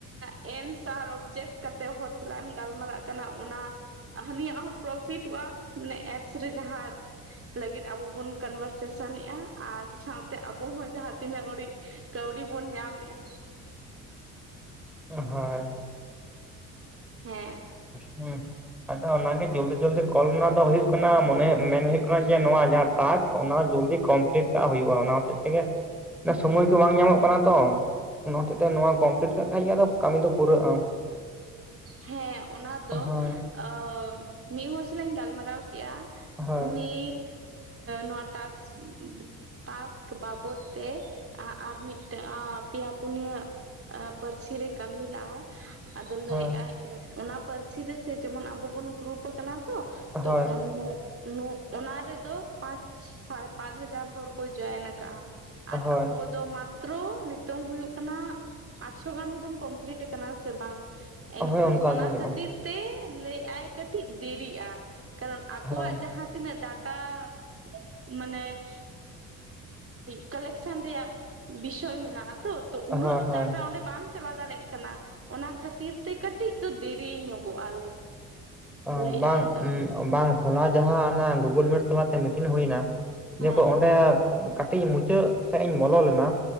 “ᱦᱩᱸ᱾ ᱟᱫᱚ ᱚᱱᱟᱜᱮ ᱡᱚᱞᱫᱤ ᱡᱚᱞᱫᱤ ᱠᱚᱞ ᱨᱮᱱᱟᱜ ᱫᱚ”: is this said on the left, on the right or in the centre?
Centre